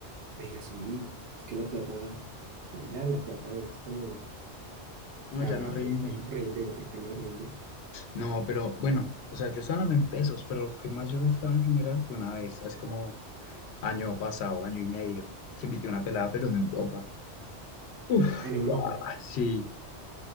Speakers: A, on the right (about 75°); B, on the left (about 70°).
A: Oiga, sí, es que la plata, baila, la plata a veces como... O sea,
B: No, ya no rinde.
A: eh, ya no rinde, marica, no rinde.
B: No, pero bueno, o sea, yo estaba hablando en pesos, pero lo que más yo gastaba en general fue una vez, hace como año pasado, año y medio, que invité a una pelada, pero en Europa. Uf,
A: en Europa.
B: pa, sí,